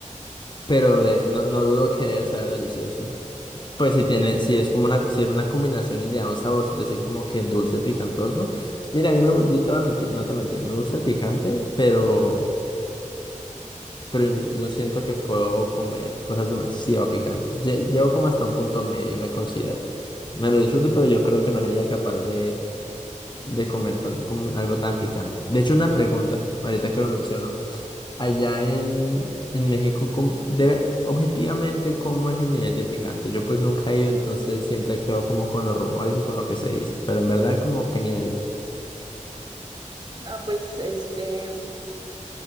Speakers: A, on the left; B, on the right.
A: pero de- no, no dudo que debe saber delicioso. Pues si tiene, si es como una, si es una combinación y le da un sabor, es decir, como que dulce, picantoso. Mira, a mí me, gu- yo te voy a mentir, no te voy a mentir, me gusta el picante, pero, pero no siento que puedo comer cosas demasiado picantes. Lle- Llevo como hasta un punto medio, yo me considero. Me lo disfruto, pero yo creo que no sería capaz de de comer tan, como algo tan picante. De hecho, una pregunta, ahorita que lo menciono. Allá en, en México, ¿cómo- debe, objetivamente, ¿cómo es el nivel de picante? Yo pues nunca he ido, entonces siempre quedo como con los rumores y con lo que se dice. Pero en verdad, como, ¿qué nivel es?
B: Ah, pues este, mm,